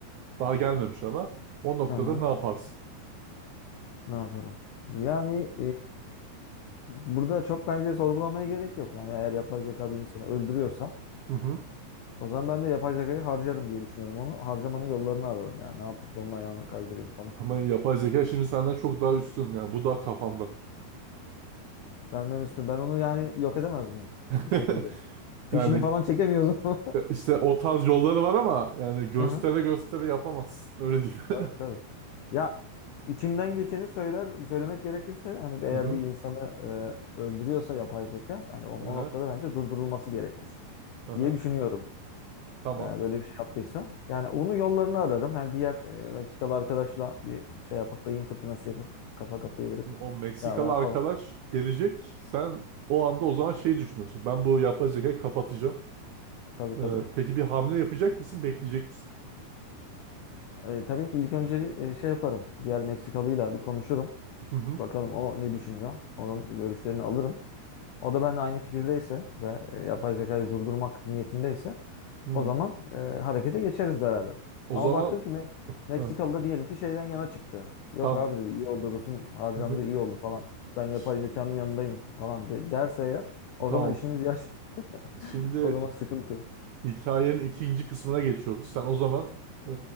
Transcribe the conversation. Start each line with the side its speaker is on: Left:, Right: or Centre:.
Right: Daha gelmemiş ama. O noktada
Left: Hı hı.
Right: ne yaparsın?
Left: Ne yaparım? Yani Burada çok bence sorgulamaya gerek yok. Yani eğer yapay zeka bir insanı öldürüyorsa
Right: Hı hı.
Left: o zaman ben de yapay zekayı harcarım diye düşünüyorum onu. Harcamanın yollarını ararım yani. Ne yapıp da onun ayağını kaydırayım falan.
Right: Ama yapay zeka şimdi senden çok daha üstün. Yani bu da kafamda.
Left: <laughs> Benden üstün. Ben onu yani yok edemez miyim?
Right: <laughs>
Left: Bir şekilde. Fişini
Right: Yani
Left: falan çekemiyoruz. <laughs>
Right: e, işte o tarz yolları var ama yani göstere
Left: Hı hı.
Right: göstere yapamazsın. Öyle diyeyim. <laughs>
Left: Tabii tabii. Ya içimden geçeni söyler söylemek gerekirse hani eğer
Right: Hı hı.
Left: bir insanı e, öldürüyorsa yapay zeka hani onun
Right: Aha.
Left: o noktada bence durdurulması gerekir
Right: Aha.
Left: diye düşünüyorum.
Right: Tamam.
Left: e, böyle bir şey yaptıysa. Yani onun yollarını ararım. Yani diğer e, Meksikalı arkadaşla bir şey yapıp beyin fırtınası yapıp kafa kafaya verip
Right: Şimdi o Meksikalı
Left: ya ne yapalım?
Right: arkadaş gelecek. Sen o anda o zaman şey düşünüyorsun. Ben bu yapay zekayı kapatacağım.
Left: Tabii tabii.
Right: Ee, peki bir hamle yapacak mısın? Bekleyecek misin?
Left: E, tabii ki ilk önceli e, şey yaparım. Diğer Meksikalıyla bir konuşurum.
Right: Hı hı.
Left: Bakalım o ne düşünüyor. Onun görüşlerini alırım. O da benimle aynı fikirdeyse ve e, yapay zekayı durdurmak niyetindeyse
Right: Hı.
Left: O zaman e, harekete geçeriz beraber.
Right: O
Left: Ama
Right: zaman
Left: baktım ki Tamam. Mek- Meksikalı
Right: Hı,
Left: da diyelim ki şeyden yana çıktı. Yok
Right: tam.
Left: abi dedi iyi oldu Rus'un harcandığı
Right: <laughs>
Left: iyi oldu falan. Ben yapay
Right: Ş-
Left: zekanın yanındayım falan de- derse eğer o
Right: Tamam.
Left: zaman işimiz yaş. <laughs>
Right: Şimdi
Left: O zaman sıkıntı.
Right: hikayenin ikinci kısmına geçiyoruz. Sen o zaman e,